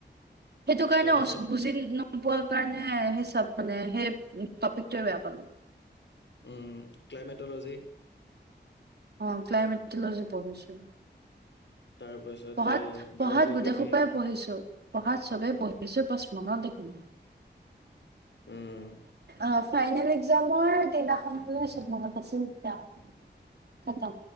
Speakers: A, on the right (about 60°); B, on the left (about 75°).
A: সেইটো কাৰণে
B: তাৰপিছত
A: বুজি ন <unintelligible> পোৱাৰ কাৰণে সেই মানে সেই টপিকটোৱে বেয়া পালোঁ।
B: উম ক্লাইমেটলজি
A: অ ক্লাইমেট'লজি পঢ়ছিল।
B: তাৰপাছতে
A: পঢ়াত পঢ়াত
B: বায়'জিঅ'গ্ৰাফী
A: গোটেই খোপাই পঢ়িছো পঢ়াত চবে পঢ়িছো। মনৰ দেখোন।
B: উম।
A: অ ফাইনেল এক্সামৰ দিনাখন ছবি মনত পৰিছিল